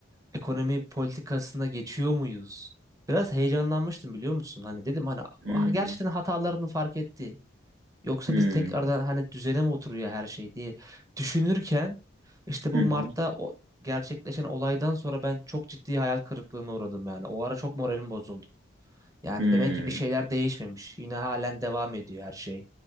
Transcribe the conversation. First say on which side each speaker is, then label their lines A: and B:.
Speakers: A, on the right; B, on the right.
A: ekonomi politikasına geçiyor muyuz? Biraz heyecanlanmıştım biliyor musun? Hani dedim hani
B: Hmm,
A: "Ah, gerçekten hatalarını fark etti. Yoksa
B: hmm,
A: biz tekrardan hani düzene mi oturuyor her şey diye düşünürken işte
B: hı
A: bu
B: hı,
A: Mart'ta o gerçekleşen olaydan sonra ben çok ciddi hayal kırıklığına uğradım yani. O ara çok moralim bozuldu. Yani
B: hmm,
A: demek ki bir şeyler değişmemiş. Yine halen devam ediyor her şey.